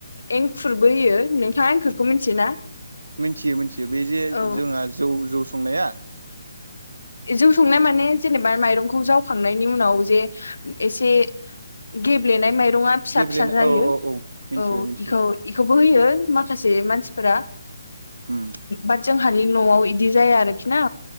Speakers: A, on the left; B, on the right.
A: एंखुरबो होयो नोंथाङा एंखुरखौ मिथियोना
B: मिथियो मिथियो बे जे
A: औ
B: जोंहा जौ जौ संनाया
A: जौ संनाय माने जेनेबा माइरंखौ जावखांनायनि उनाव जे एसे गेब्लेनाय माइरंआ फिसा
B: गेब्लेनो
A: फिसा जायो
B: औ औ औ मिथिबाय
A: औ
B: मिथिबाय
A: बेखौ बेखौबो होयो माखासे मानसिफोरा
B: उम
A: बाट जोंहानि न'आव इ बिदि जाया आरोखि ना